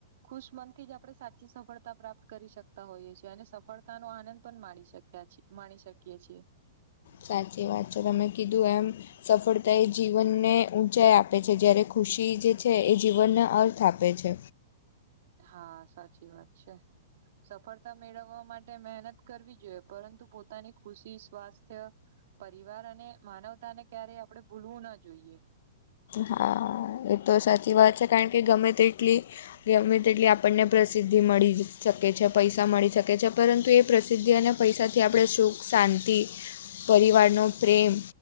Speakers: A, on the right; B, on the left.
A: ખુશ મનથી જ આપણે સાચી સફળતા પ્રાપ્ત કરી શકતા હોઈએ છીએ અને સફળતા નો આનંદ પણ માણી શક્યા માણી શકીએ છીએ.
B: સાચી વાત છે તમે કીધું એમ. સફળતા એ જીવનને ઊંચાઈ આપે છે જ્યારે ખુશી જે છે એ જીવનને અર્થ આપે છે.
A: હા સાચી વાત છે. સફળતા મેળવવા માટે મહેનત કરવી જોઈએ પરંતુ પોતાની ખુશી સ્વાસ્થ્ય પરિવાર અને માનવતા ને ક્યારેય આપણે ભૂલવું ના જોઈએ.
B: હા એ તો સાચી વાત છે કારણ કે ગમે તે એટલી ગમે તેટલી આપણને પ્રસિદ્ધિ મળી શકે છે પૈસા મળી શકે છે પરંતુ એ પ્રસિદ્ધિ અને પૈસાથી આપણે સુખ શાંતિ પરિવારનો પ્રેમ